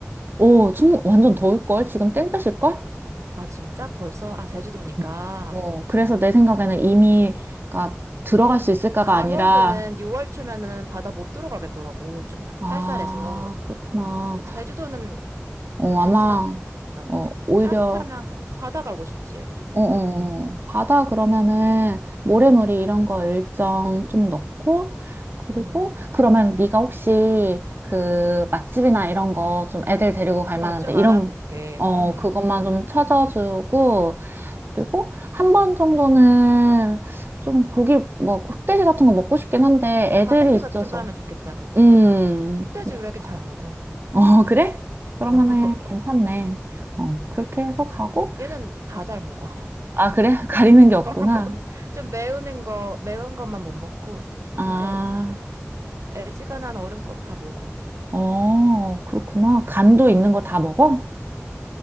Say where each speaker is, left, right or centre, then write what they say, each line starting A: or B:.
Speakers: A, on the right; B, on the right.
A: 오, 좀 완전 더울걸? 지금 땡 뺏을걸?
B: 아, 진짜? 벌써? 아, 제주도니까.
A: 음. 어, 그래서 내 생각에는 이미, 가 들어갈 수 있을까가
B: 강원도는
A: 아니라,
B: 6월 초면은 바다 못 들어가겠더라고. 좀 사-
A: 아,
B: 쌀쌀해서.
A: 그렇구나.
B: 근데 제주도는
A: 어,
B: 괜찮을
A: 아마,
B: 수도 있겠다.
A: 어, 오히려,
B: 따뜻하면 바다 가고 싶지, 애기 데리고.
A: 어, 어,
B: 음.
A: 어. 바다 그러면은 모래놀이 이런 거 일정 좀 넣고, 그리고
B: 음.
A: 그러면 네가 혹시 그 맛집이나 이런 거 좀 애들 데리고 갈
B: 아,
A: 만한데
B: 좀
A: 이런,
B: 알아볼게.
A: 어,
B: 음.
A: 그것만 좀 찾아주고, 그리고 한 번 정도는 좀 고기, 뭐, 흑돼지 같은 거 먹고 싶긴 한데
B: 아,
A: 애들이
B: 바베큐
A: 있어서.
B: 같은 거 하면 좋겠다, 그지?
A: 음,
B: 흑돼지
A: 그니까.
B: 우리 애긴 잘 먹어.
A: 어, 그래? 그러면은
B: 어. <laughs>
A: 괜찮네. 어, 그렇게 해서 가고,
B: 얘는 다 잘 먹어.
A: 아, 그래? <laughs> 가리는 게 없구나.
B: <laughs> 좀 매운 거, 매운 것만 못 먹고,
A: 아,
B: 이제 애지간한 어른 거 다 먹어.
A: 어, 그렇구나. 간도 있는 거 다 먹어?